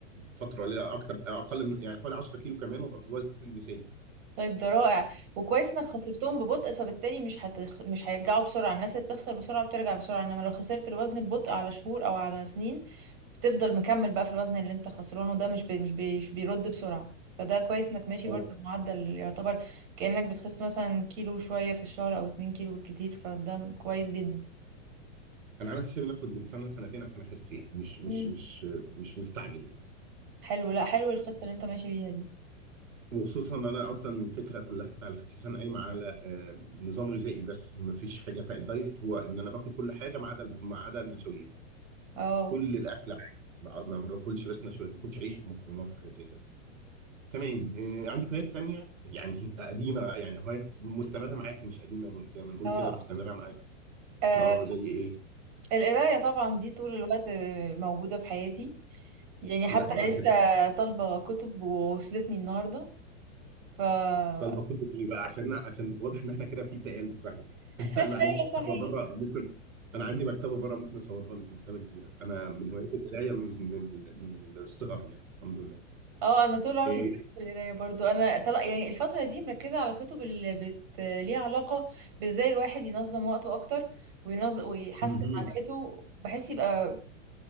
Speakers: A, on the right; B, on the right.
A: فتره قليله اكتر اقل من يعني حوالي 10 كيلو كمان وابقى في الوزن المثالي
B: طيب ده رائع وكويس انك خسرتهم ببطء فبالتالي مش هتخ... مش هيرجعوا بسرعة الناس اللي بتخسر بسرعة بترجع بسرعة انما لو خسرت الوزن ببطء على شهور او على سنين بتفضل مكمل بقى في الوزن اللي انت خسرانه ده مش بي... مش, بي... مش بيرد بسرعة فده كويس انك ماشي
A: اه
B: برضه بمعدل يعتبر كأنك بتخس مثلا كيلو شوية في الشهر او اتنين كيلو بالكتير فده كويس جدا
A: انا عامل حسابي ناخد من سنه لسنتين عشان اخس يعني مش مش
B: مم.
A: مش مش مستعجل يعني
B: حلو لا حلو الخطة اللي انت ماشي بيها دي
A: وخصوصا ان انا اصلا الفكره كلها بتاع الخسسان قايمه على آه، نظام غذائي بس مفيش حاجه تا- دايت هو ان انا باكل كل حاجه ما عدا الب- ما عدا النشويات
B: اه
A: كل الاكل عادي ما ما باكلش بس نشويات ما باكلش عيش ومكرونات وحاجات زي كده تمام آه، عندك هوايات تانية يعني قديمه يعني هوايات مستمره معاكي مش قديمه من- زي ما نقول
B: اه
A: كده مستمره معاكي
B: آه،
A: اه زي ايه
B: القراية طبعا دي طول الوقت آه، موجودة في حياتي يعني حتى
A: لا بقى
B: لسه
A: كده
B: طالبة كتب ووصلتني النهاردة ف <laughs>
A: طالبه كتب ايه بقى عشان عشان واضح ان احنا كده في تآلف فعلا <laughs> انا
B: ايوه
A: عندي
B: صحيح
A: مكتبه بره ممكن انا عندي مكتبه بره ممكن اصورها لك مكتبه كبيره انا من هوايه القرايه من من ال- من الصغر يعني الحمد لله
B: اه انا طول عمري
A: إيه
B: بحب القرايه برضو انا طلع يعني الفتره دي مركزه على كتب اللي بت ليها علاقه بازاي الواحد ينظم وقته اكتر وينظم ويحسن
A: مهم.
B: عاداته بحيث يبقى